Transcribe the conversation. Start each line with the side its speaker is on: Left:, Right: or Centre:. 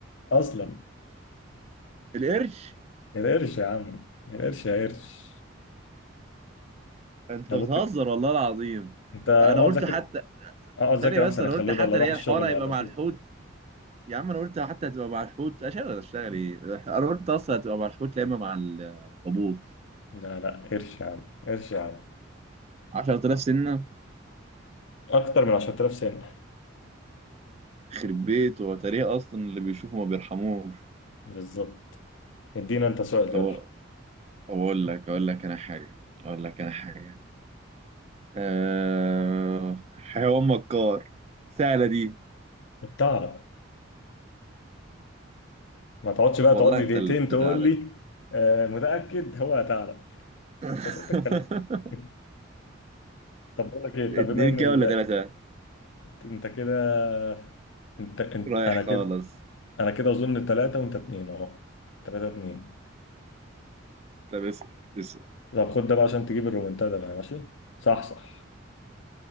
Left: أصلا
Right: القرش
Left: القرش يا عم القرش يا قرش
Right: انت
Left: انا
Right: بتهزر
Left: بقول لك،
Right: والله العظيم
Left: انت اقعد
Right: انا قلت
Left: ذاكر
Right: حتى
Left: اقعد ذاكر
Right: ثانية بس
Left: احسن
Right: انا
Left: يا خلود
Right: قلت حتى
Left: ولا اروح
Right: هي
Left: الشغل
Right: الحوار هيبقى
Left: ولا
Right: مع
Left: شو
Right: الحوت يا عم انا قلت حتى هتبقى مع الحوت اشتغل اشتغل ايه انا قلت اصلا هتبقى مع الحوت لا اما مع الاخطبوط
Left: لا لا قرش يا عم قرش يا عم
Right: 10000 سنة
Left: اكتر من 10000 سنه
Right: يخرب بيت هو تاريخ اصلا اللي بيشوفه ما بيرحموش
Left: بالظبط ادينا انت سؤال
Right: طب
Left: يلا
Right: اقول لك اقول لك انا حاجة اقول لك انا حاجة أه... حيوان مكار سهلة دي
Left: بتعرف ما تقعدش بقى
Right: والله
Left: تقعد
Right: انت
Left: لي دقيقتين
Right: اللي
Left: تقول
Right: تعالى
Left: لي آه متاكد هو هتعرف
Right: <laughs>
Left: انت سألتك خلي <laughs> طب بقول لك ايه
Right: اتنين
Left: طب بما ان
Right: كده
Left: ال...
Right: ولا تلاتة
Left: انت كده انت... انت
Right: رايح
Left: انا
Right: خالص
Left: كده انا كده اظن ثلاثه وانت اثنين اهو ثلاثه اثنين
Right: طب اسأل اسأل
Left: طب خد ده بقى عشان تجيب الرومنتادا بقى ماشي صح صح